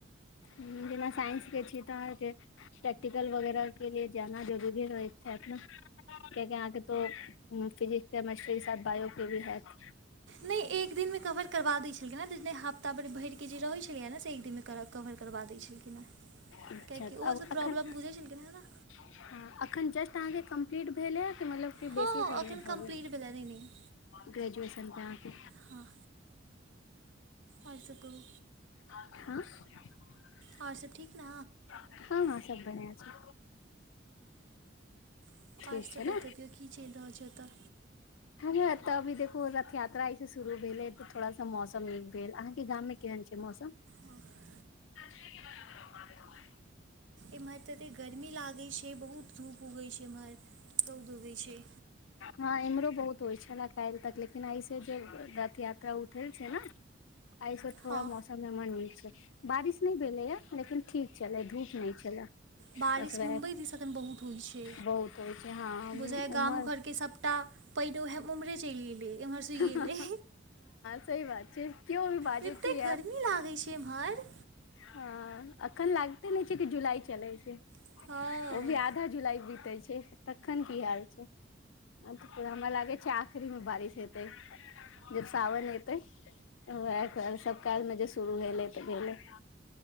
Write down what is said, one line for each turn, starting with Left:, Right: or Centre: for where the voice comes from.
Left: जेना साइंस के छीय तऽ अहाँके प्रै्टिकल वगैरह के लि जाना जरूरी होैत ने? कियाकि अहाँके तो फिजिक्स, केमेस्ट्री, के साथ बायो के भी हयैत
Right: नहि एक दिन मे कवर करबा दै छलखिन, ह हफ्ता भरि भर के जे रहैत छलैे ने से कवर करबा दै छलखिन हँ,
Left: अच्छा
Right: कियाकि
Left: तऽ
Right: ओहो
Left: आब
Right: सब
Left: एखन
Right: प्रॉब्लम बुझैत छलखिन हेँ न।
Left: हँ, अखन जस्ट अहाँकेँ कम्प्लीट भेल ह, कि मतलब र
Right: हँ
Left: बेसी
Right: हँ
Left: फॉर
Right: एखन
Left: भर
Right: कम्प्लीट भेलै नहि नहि
Left: ग्रेजुएशन के आके
Right: हँ। आर सब कहु।
Left: आँ <unintelligible>
Right: आओर सब ठीक ने
Left: हँ- हँ सब बढिआ छै।
Right: आओर
Left: ठीक छै
Right: सब
Left: ने
Right: बतबिऔ कि चलि रहल छै ओतऽ
Left: <unintelligible> ह तऽ अभी देख रथ यात्रा ऐसे शुरू भेल ह, त थोड़ा सा मौसम नीक भेल, अहाँके गाम में केहन छै? मौसम।
Right: हँ।
Left: कचरे के बराबर हम बात कहलउ।
Right: एम्हर त एतेक गर्मी लागैत छै, बहुत धूप उगैत छै एम्हर, रौद उगैत छै।
Left: हँ इम्हरो बहुत होइ छलए काल्हि तक, लेकिन ऐस जे रथ यात्रा उठल छै ने। एहिऐसे थोड़ा
Right: हँ
Left: मौस त हमरा मन हो छल, बारिश नहि भेलैय, लेकिन ठीक छलै, धूप नहि छलै।
Right: बारिश
Left: बस वएह
Right: मुम्बई दिस एखन बहुत होइ छै,
Left: बहुत होइ छै हँ
Right: बुझ गाम
Left: उमर
Right: घर के सबटा पईन उहे उमरे चलि गेल एम्हर सुइख गेलै,
Left: हँ सही बात छै केओ भी बाजै
Right: कते
Left: छै
Right: गर्मी लागे छै एम्हर।
Left: ह अखन लागते नहि छै कि जुलाई चलै छै,
Right: हँ
Left: ओ भी आ आधा जुलाई बीतै छै, तखन की हाल छै। अ त हमरा लागे छै, आखिरी मे बारिश हेतै। जब सावन एते, वएह सब काल मे जे शुरू भेलै तऽ, भेले।